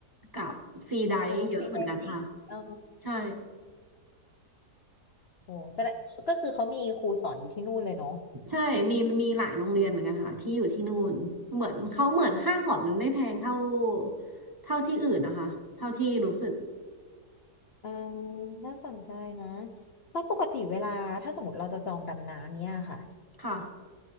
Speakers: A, on the right (about 15°); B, on the left (about 55°).
A: กับฟรีไดฟ์เยอะเหมือนกันค่ะ
B: โอ้ฟรีไดวิ่งเออ
A: ใช่
B: โอ้แสดงก็คือเขามีครูสอนอยู่ที่นู่นเลยเนาะ
A: ใช่มีมีหลายโรงเรียนเหมือนกันค่ะที่อยู่ที่นู่นเหมือนเขาเหมือนค่าสอนมันไม่แพงเท่าเท่าที่อื่นนะคะเท่าที่รู้สึก
B: อ่าน่าสนใจนะแล้วปกติเวลาถ้าสมมติเราจะจองดำน้ำเนี่ยค่ะ
A: ค่ะ